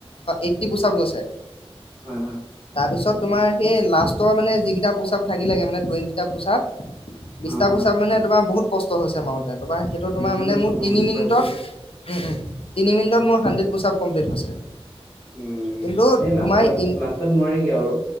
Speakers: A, on the left; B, on the left.
A: এইটটি পোচপ গৈছে।
B: হয় হয়।
A: তাৰপিছত তোমাৰ সেই লাষ্টৰ মানে যিকেইটা পোচাব থাকিলোগে মানে টুৱেন্টি টা পোচাক। বিছটা
B: অ হয়
A: পুচাব মানে তোমাৰ বহুত কষ্ট হৈছে মাৰোতে তোমাৰ সেইটো তোমাৰ
B: বুজি
A: মানে
B: পাইছো
A: মোৰ
B: মই
A: তিনি
B: বুজি
A: মিনিটত
B: পাইছো
A: উম, উম, তিনি মিনিটত মোৰ হাণ্ড্ৰেড পোচাপ কমপ্লিট হৈছে।
B: উম
A: কিন্তু
B: সেই লাষ্টত
A: তোমাৰ ইন
B: লাষ্টত নোৱাৰিগে আৰু